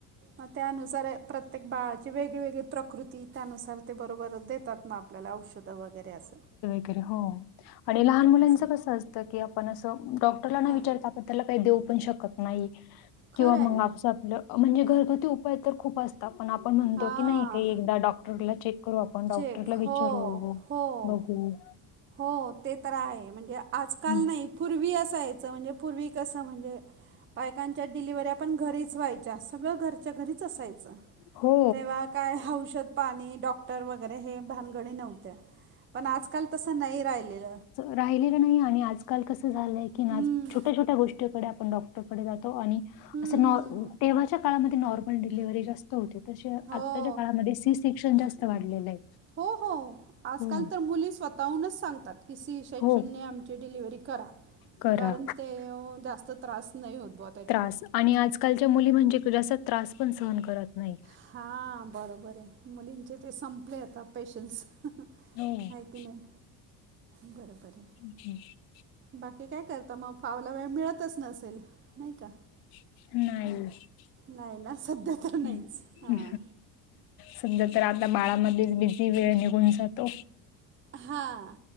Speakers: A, on the right; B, on the left.
A: मग त्यानुसार प्रत्येक बाळाची वेगवेेगळी प्रकृती त्यानुसार ते बरोबर देतात म आपल्याला औषध... त वगैरे अस.
B: आरे हो लहान मुलांच
A: असं
B: कस असत की आपण अस डॉक्टरला न
A: हां
B: विचारता... त्याला काही देऊ पण शकत नाही,
A: खरं
B: किंवा
A: आहे
B: मग आजच आपल... म्हणजे घरगुती उपाय तर खूप असतात पण आप... आपण म्हणतो
A: हां
B: की नाही काही एकदा डॉक्टरला चेक करू आपण डॉक्टरला
A: चेक हो
B: विचारू...
A: हो
B: हम्म.
A: हो ते तर आहे, म्हणजे आजकाल
B: हं.
A: नाही पूर्वी असायच म्हणजे पूर्वी कस म्हणजे... बायकांच्या डिलिव्हर्या पण घरीच व्हायच्या सगळ घरच्या घरीच असायच.
B: हो.
A: तेव्हा काय औषध पाणी डॉक्टर वगैरे हे भानगडी नव्हत्या. पण आजकाल तस नाही राहिलेल.
B: राहिलेल नाही आणि आजकाल कस झालय की
A: हम्म,
B: आज छोट्या छोट्या गोष्टीकडे आपण डॉ.... डॉ. जातो आणि
A: हम्म.
B: अस तेव्हाच्या काळामध्ये नॉर्मल डिलिव्हरी जास्त होते. तसे
A: हो
B: आत्ताच्या काळामध्ये सी सेक्शन जास्त वाढलेल आहे.
A: हो हो. आजकाल
B: हो,
A: तर मुली स्वतःहूनच सांगतात सी शेक्ससेने
B: हो.
A: आमची डिलिव्हरी करा.
B: करा
A: कारण ते जास्त त्रास नाही होत बा.
B: त्रास आणि आजकालच्या मुली म्हणजे जास्त त्रास पण सहन करत नाही.
A: हा बरोबर आहे मुलींचे ते संप... संपले आता पेशन्स हंह
B: हो.
A: आहे की नाही बर बर हे.
B: <unintelligible>
A: बाकी काय करता मग फावला वेळ मिळतच नसेल? नाही का.
B: नाही.
A: नाही ना सध्या तर नाहीच
B: हं.
A: हा.
B: हं. सध्या तर आता बाळा मध्येच बिझी वेळ निघून जातो.
A: हा,